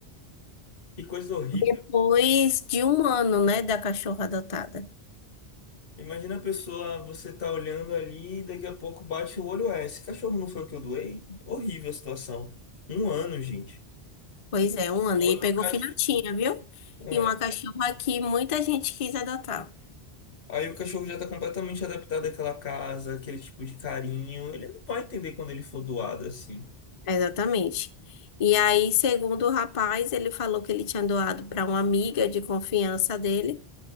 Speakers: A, on the left; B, on the left.
A: que coisa horrível.
B: depois de um ano, né, da cachorra adotada.
A: Imagina a pessoa, você tá olhando ali e daqui a pouco bate o olho, é, esse cachorro não foi o que eu doei? Horrível a situação. Um ano, gente.
B: Pois é, um ano.
A: Quando
B: E pegou
A: o cachorro.
B: filhotinha, viu?
A: É.
B: E uma cachorra que muita gente quis adotar.
A: Aí o cachorro já tá completamente adaptado àquela casa, aquele tipo de carinho. Ele não vai entender quando ele for doado assim.
B: Exatamente. E aí, segundo o rapaz, ele falou que ele tinha doado para uma amiga de confiança dele.